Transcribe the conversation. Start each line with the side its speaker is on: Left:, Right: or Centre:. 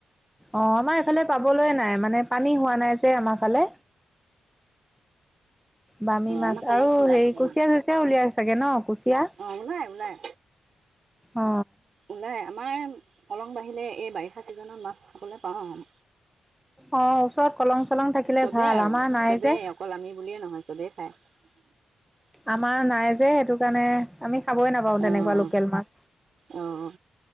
Centre: অহ আমাৰ এইফালে পাবলৈয় নাই, মানে পানী হোৱা নাই যে আমাৰ ফালে, বামী
Right: অ
Centre: মাছ
Right: আমাৰ কলঙত
Centre: আৰু
Right: ওলাই
Centre: হেৰি
Right: থাকে
Centre: কুচিয়া
Right: মাছ
Centre: চুচিয়া উলিয়াই চাগে ন, কুচিয়া
Right: অ ওলাই ওলাই
Centre: অ।
Right: ওলাই আমাৰ কলং বাঢ়িলে এই বাৰিষা ছিজনত মাছ খাবলৈ পাওঁ আৱ
Centre: অ ওচৰত কলং। চলং থাকিলে
Right: চবেই
Centre: ভাল
Right: আৰু
Centre: আমাৰ নাই
Right: চবেই
Centre: যে
Right: অকল আমি বুলিয়ে নহয়, চবেই খাই। <unintelligible>
Centre: আমাৰ নাই যে সেইটো কাৰণে, আমি খাবই নাপাওঁ তেনেকুৱা
Right: আহ
Centre: লোকেল মাছ।
Right: আহ